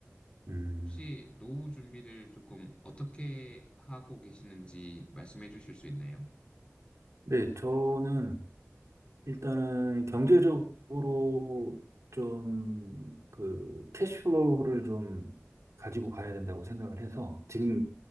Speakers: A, on the right; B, on the left.
A: 음.
B: 혹시 노후 준비를 조금 어떻게 하고 계시는지 말씀해 주실 수 있나요?
A: 네 저는 일단은 경제적으로 좀 그 캐시플로우를 좀 가지고
B: 음,
A: 가야 된다고 생각을 해서 지금